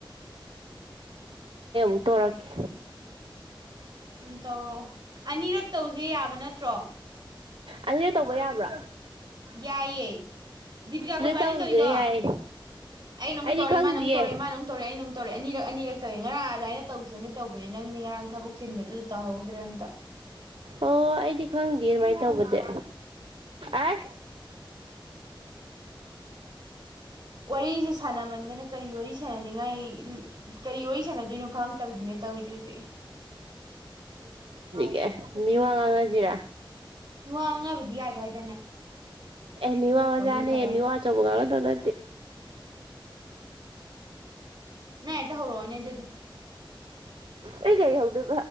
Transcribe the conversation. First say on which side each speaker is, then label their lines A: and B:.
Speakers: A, on the right; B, on the right.
A: ꯎ ꯇꯔꯀꯤ
B: ꯎꯝ ꯇꯧꯔꯛꯑꯣ ꯑꯅꯤꯔꯛ ꯇꯧꯁꯦ ꯌꯥꯕ ꯅꯠꯇ꯭ꯔꯣ
A: ꯑꯁꯤꯁꯨ ꯇꯧꯕ ꯌꯥꯕ꯭ꯔꯥ
B: ꯌꯥꯏꯌꯦꯦ ꯗꯤꯕꯤꯀꯥ ꯈꯣꯏꯕꯥꯅꯤ
A: ꯇꯧꯁꯦ
B: ꯇꯧꯔꯤꯗꯣ
A: ꯌꯥꯏ
B: ꯑꯩꯅ ꯑꯃꯨꯛ
A: ꯑꯩꯗꯤ
B: ꯇꯧꯔꯦ
A: ꯈꯪꯗꯤꯌꯦ
B: ꯃꯥꯅ ꯑꯃꯨꯛ ꯇꯧꯔꯦ ꯃꯥꯅ ꯑꯃꯝ ꯇꯧꯔꯦ ꯑꯩꯅ ꯑꯃꯝꯛ ꯇꯧꯔꯦ ꯑꯅꯤꯛ ꯑꯅꯤꯔꯛ ꯇꯧꯋꯦ ꯉꯔꯥꯡ ꯑꯗꯨꯃꯥꯏꯅ ꯇꯧꯁꯦꯅ ꯇꯧꯕꯅꯦ ꯅꯪꯗꯤ ꯉꯔꯥꯡ ꯊꯕꯛ ꯆꯤꯟꯕꯗꯨꯗ ꯇꯧꯍꯧꯗ꯭ꯔꯦ ꯑꯝꯇ
A: ꯑꯣ ꯑꯩꯗꯤ ꯈꯪꯗꯦ ꯑꯗꯨꯃꯥꯏ ꯇꯧꯕꯗꯤ ꯑꯩ
B: ꯋꯥꯔꯤꯁꯦ ꯁꯥꯟꯅꯃꯟꯗꯅ ꯀꯔꯤ ꯋꯥꯔꯤ ꯁꯥꯟꯅ ꯌꯥꯅꯤꯡꯉꯥꯏ ꯀꯔꯤ ꯋꯥꯔꯤ ꯁꯥꯟꯅꯗꯣꯏꯅꯣ ꯈꯪꯉꯛꯇꯕꯗꯨꯅꯦ ꯇꯧꯔꯤꯁꯦ ꯍꯧꯖꯤꯛ
A: ꯒꯦ ꯃꯤ ꯋꯥ ꯉꯥꯡꯅꯁꯤꯔꯥ
B: ꯊꯨꯡ ꯑꯉꯕꯤ ꯌꯥꯗ ꯍꯥꯏ
A: ꯑꯦꯃꯤꯋꯥ ꯃꯖꯥꯅꯦ
B: ꯑꯃ ꯈꯜꯍꯧꯅꯦ
A: ꯑꯦꯃꯤꯋꯥ ꯑꯆꯧꯕ ꯀꯥꯡꯅꯗꯧ ꯅꯠꯇꯦ
B: ꯅ ꯑꯦꯇ ꯍꯧꯔꯛꯑꯣꯅꯦ ꯑꯗꯨꯗꯤ
A: ꯑꯩ ꯀꯩ ꯍꯧꯜꯗ